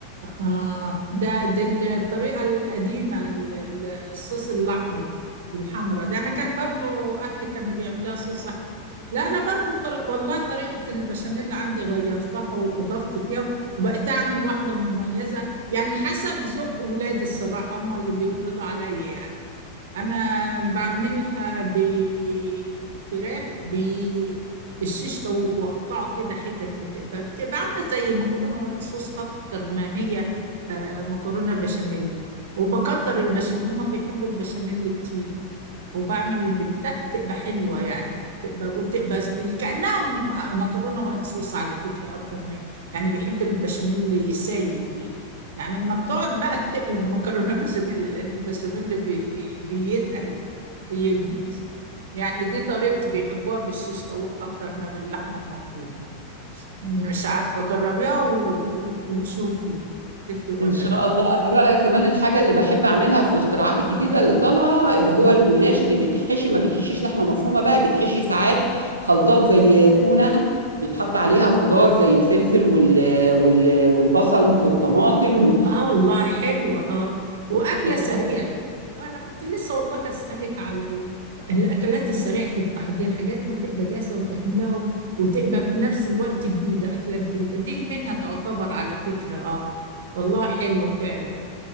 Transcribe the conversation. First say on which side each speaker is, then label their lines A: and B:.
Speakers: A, on the right; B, on the right.
A: اه ده دي الطريقة القديمة ال- ال- الصوص الاحمر الحمرا ده انا كان برضو اهلي كانوا بيعملوها صوص احمر لا انا برضو الطر... والله طريقة البشاميل عندي غيرتها واضفت فيها وبقيت اعمل واحدة مميزة يعني حسب ذوق ولادي الصراحة هم اللي بيفرضوا عليا يعني أنا بعملها بالفراخ بالشيش طاووق وأقطعه كده حتت بتبقى بتبقى عاملة زي مكرونة وايت صوص أكتر ما هي آه، مكرونة بشاميل وبكتر البشاميل هما بيحبوا البشاميل كتير وبعمل بالبتاع بتبقى حلوة يعني تبقى وتبقى ز- كأنها م- مكرونة وايت صوص على فكرة أكتر ما هي يعني بيحب البشاميل يسايل فيه يعني اما بتقعد بقى تقلب مكرونه بشاميل لان البشاميل بي بي بيتقل بيجمد يعني دي طريقتي بيحبوها بالشيش طاووق اكتر ما باللحمه المفرومه مش عارفه جربيها و- وشوفي تفرق ولا
B: ان شاء
A: لا
B: الله انا بقى كمان الحاجه اللي بحب اعملها في الاختراعات الجديده اللي طالعه اللي هو الجلاش اللي بيتحشي ما بيتحشيش لحمه مفرومه بقى بيتحشي ساعات خلطات زي تونه بيتحط عليها خضار زي الفلفل وال... وال... والبصل والطماطم
A: اه الله حلوة اه واكلة
B: وتتخلط
A: سريعة آه انا كنت لسه والله هسألك على ال- الاكلات السريعة التحضير حاجات هتبقى جاهزة وتعملها وتبقى في نفس الوقت جديدة اكلة جديدة دي منها تعتبر على فكرة اه والله حلوة فعلا